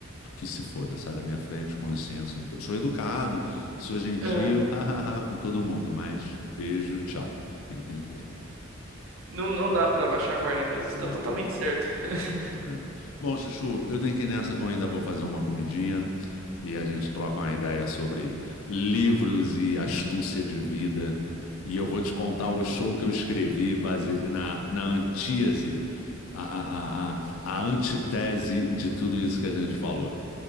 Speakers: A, on the left (about 85°); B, on the right (about 75°).
A: que se foda, sai da minha frente, com licença. muito- Sou educado, sou gentil,
B: É.
A: <laughs> hahaha, com todo mundo, mas beijo, tchau. <laughs>
B: Não, não dá pra baixar a guarda mesmo. Você
A: É,
B: tá totalmente
A: é.
B: certo. <laughs>
A: É. Bom, Chuchu, eu tenho que ir nessa que eu ainda vou fazer uma comidinha e a gente troca uma ideia sobre livros e astúcia de vida. E eu vou te contar o show que eu escrevi base na, na antítese, a, a, a, a a antitese de tudo isso que a gente falou.